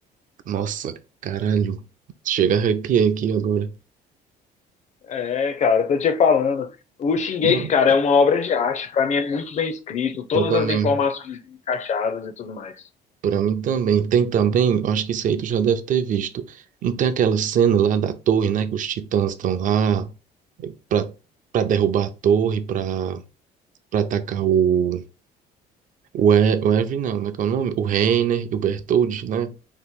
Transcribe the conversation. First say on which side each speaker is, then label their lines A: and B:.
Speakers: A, on the right; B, on the left.
A: nossa, caralho. Chega a arrepiar aqui agora.
B: É, cara, eu tô te falando. O Shingeki,
A: Não,
B: cara, é uma obra de arte, pra mim é muito bem escrito, todas
A: eu também.
B: as informações encaixadas e tudo mais.
A: Pra mim também. Tem também, acho que isso aí tu já deve ter visto. Não tem aquela cena lá da torre, né? Que os titãs estão lá pra, pra derrubar a torre, pra, pra atacar o. O, e, o Evan, não, como é que é o nome? O Reiner e o Bertold, né?